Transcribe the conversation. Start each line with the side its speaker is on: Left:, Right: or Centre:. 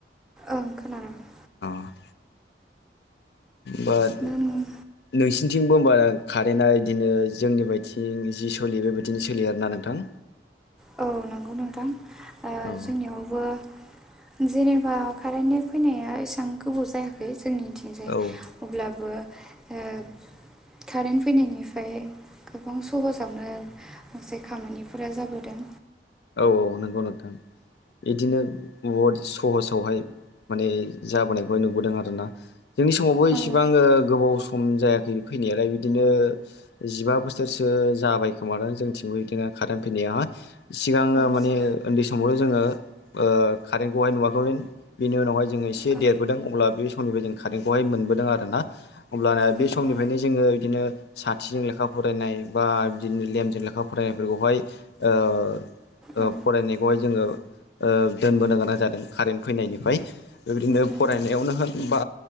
Centre: ओं खोनादों
Left: अ' बाद
Centre: नों
Left: नोंसिनिथिंबो होमबा कारेन्टआ बिदिनो जोंनि बायदिं जि सोलियो बेबायदिनो सोलियो आरोना नोंथां
Centre: औ नंगौ नोंथां
Left: औ
Centre: जोंनियावबो जेनेबा कारेन्टनि फैनाया एसां गोबाव जायाखै जोंनिथिंजाय
Left: औ
Centre: अब्लाबो ओ कारेन्ट फैनायनिफ्राय गोबां सहसावनो माखासे खामानिफोरा जाबोदों
Left: औ औ नंगौ नोंथां इदिनो बहुद सहसावहाय माने जाबोनायखौहाय नुबोदों आरोना जोंनि समावबो
Centre: औ
Left: एसेबां ओ गोबाव सम जायाखै फैनायालाय बिदिनो जिबा बोसोरसो जाबाय खोमादां जोंथिंबो इदिनो कारेन्ट फैनायाहाय सिगाङो
Centre: औ
Left: माने
Centre: औ
Left: उन्दै समावल' जोङो ओ कारेन्टखौहाय नुवाखैमोन बेनि उनावहाय जोङो एसे
Centre: औ
Left: देरबोदों अब्ला बे समनिफ्राय जों कारेन्टखौहाय मोनबोदों आरो ना अब्लाना बे
Centre: उम
Left: समनिफ्रायनो
Centre: उम
Left: जोङो बिदिनो साथिजों लेखा फरायनाय बा बिदिनो लेमजों लेखा फरायनायफोरखौहाय ओ ओ
Centre: औ
Left: फरायनायखौहाय जोङो ओ दोनबोनो गोनां जादों कारेन्ट फैनायनिफाय बिबायदिनो
Centre: उम
Left: फरायनायावनो होन बा